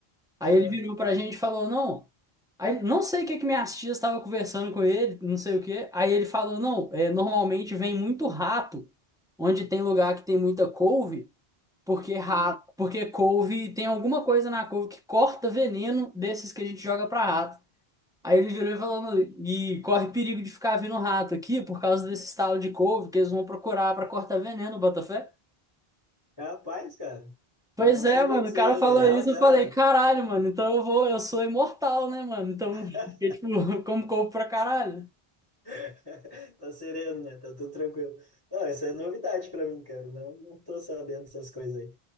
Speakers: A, in the centre; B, on the left (about 20°).
A: Aí
B: Aham.
A: ele virou pra gente e falou, não. Aí não sei o que que minhas tias estavam conversando com ele, não sei o que. Aí ele falou, não, é, normalmente vem muito rato, onde tem lugar que tem muita couve, porque rato,
B: uhum.
A: porque couve tem alguma coisa na couve que corta veneno desses que a gente joga pra rato. Aí ele virou e falou, "Não, e corre perigo de ficar vindo rato aqui por causa desse estalo de couve que eles vão procurar pra cortar veneno, bota fé.
B: Capaz, cara.
A: Pois
B: Não
A: é,
B: sabia
A: mano,
B: disso.
A: o cara
B: Real,
A: falou isso,
B: será?
A: eu falei, caralho, mano, então eu vou, eu sou imortal, né, mano? Então,
B: <laughs>
A: <laughs> porque, tipo, como corpo pra caralho,
B: <laughs> Tá sereno, né? Tá tudo tranquilo. Não, isso é novidade pra mim, cara. Não, não tô sabendo essas coisas aí.